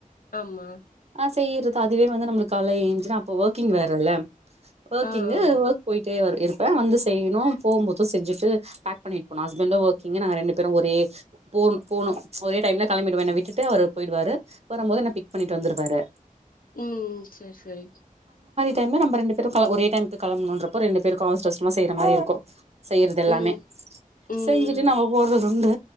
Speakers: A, on the left; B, on the right.
A: ஆமா
B: ஆ செய்றது அதுவே வந்து நமக்கு கால்ல ஏஞ்சுனா அப்போ ஒர்க்கிங் வேறல ஒர்க்கிங்கு
A: ஆ ஆ ஆ
B: ஒர்க் போயிட்டே வரு ப வந்து செய்ணு போபோது செஞ்சுட்டு பேக் பண்ணிட்போணு ஹஸ்பன்டு ஒர்கிங்கு நாங்க ரெண்டு பேரு ஒரே போணு போணு ஒரே டைம்ல களம்பிடுவே என்ன விட்டுட்டு அவரு போய்டுவாரு வரம்போது என்ன பிக் பண்ணிட்டு வந்துட்வாரு
A: ம் சேர் சேரி
B: தென்ன நம்ம ரெண்டு பேரு ஒரே டைமுக்கு கெளம்புணுன்றப்ப ரெண்டு பேருக்கு அவசர அவசரமா செய்யிற மாரி இருக்கு செய்றது எல்லாமே
A: ம் ம்
B: செஞ்சிட்டு
A: ம்
B: நாம <unintelligible> வந்து